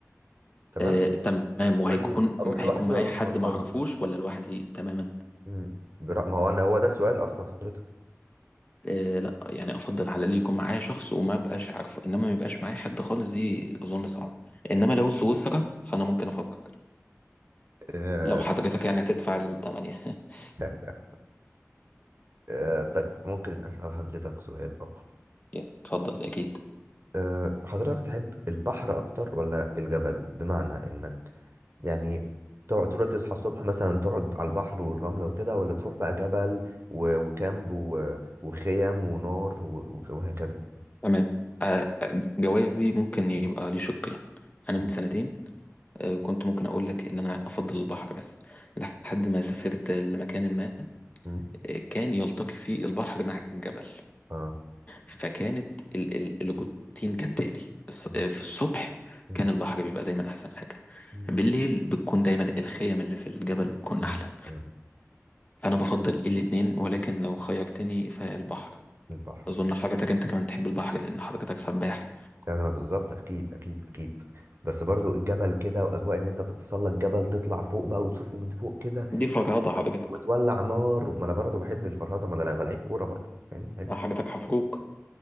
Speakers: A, on the right; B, on the left.
A: تمام
B: أه تمام
A: تقول
B: وهيكون
A: لي اروح
B: هيكون
A: لوحدي
B: معايا
A: ولا اروح
B: حد
A: مع اصحابي
B: ما اعرفوش ولا لوحدي تماما
A: م. برا- ما هو انا هو ده السؤال اصلا حضرتك
B: أه لا يعني افضل على اللي يكون معايا شخص وما بقاش عارفه انما ما يبقاش معايا حد خالص دي اظن صعب انما لو سويسرا فانا ممكن افكر
A: آه،
B: لو حضرتك يعني هتدفع الثمانية <laughs>
A: <laughs> آه، طيب ممكن أسأل حضرتك سؤال آخر
B: اتفضل أكيد
A: آه، حضرتك تحب البحر أكتر ولا الجبل؟ بمعنى إنك يعني تقعد تروح تصحى الصبح مثلا تقعد على البحر والرملة وكده ولا تروح بقى جبل و- وكامب و- وخيم ونار و- و- وهكذا
B: تمام آه، آه، جوابي ممكن يبقى ليه شقين أنا
A: م-
B: من سنتين آه، كنت ممكن أقول لك إن أنا أفضل البحر بس لحد ما سافرت لمكان ما
A: م-
B: آه، كان يلتقي فيه البحر مع الجبل
A: اه
B: فكانت ال- ال- الروتين كالتالي الص-
A: م-
B: آه، في الصبح
A: م-
B: كان البحر بيبقى دايما أحسن حاجة
A: م-
B: بالليل بتكون دايما الخيم اللي في الجبل بتكون
A: آه.
B: أحلى
A: آه.
B: فأنا بفضل الاتنين ولكن لو خيرتني فالبحر
A: البحر
B: أظن حضرتك أنت كمان تحب البحر لأن حضرتك سباح
A: يعني انا بالظبط اكيد اكيد اكيد بس برضو الجبل كده واجواء ان انت تتسلق جبل تطلع فوق بقى وتشوفه من فوق كده
B: دي فرهضة حضرتك
A: و- وتولع نار ما انا برضو بحب الفرهده ما انا لعيب لعيب كوره برضو يعني بحب
B: آه،
A: الفرهدة.
B: حضرتك حفروك